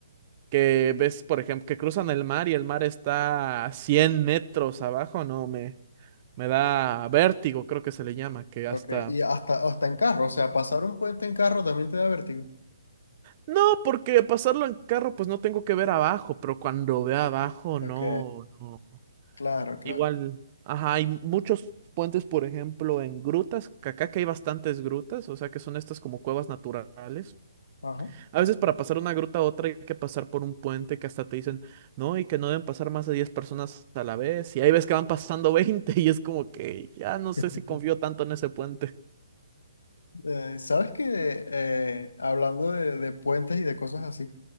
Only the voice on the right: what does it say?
que ves, por ejemplo, que cruzan el mar y el mar está a 100 metros abajo, no, me... Me da vértigo, creo que se le llama, que
hasta...
No, porque pasarlo en carro, pues no tengo que ver abajo, pero cuando ve abajo,
no, no.
Igual, ajá, hay muchos puentes, por ejemplo, en grutas, que acá que hay bastantes grutas, o sea que son estas como cuevas naturales.
A veces para pasar una gruta a otra hay que pasar por un puente que hasta te dicen, no, y que no deben pasar más de 10 personas a la vez, y ahí ves que van pasando <laughs> 20 y es como que ya no sé
si confío tanto en ese puente.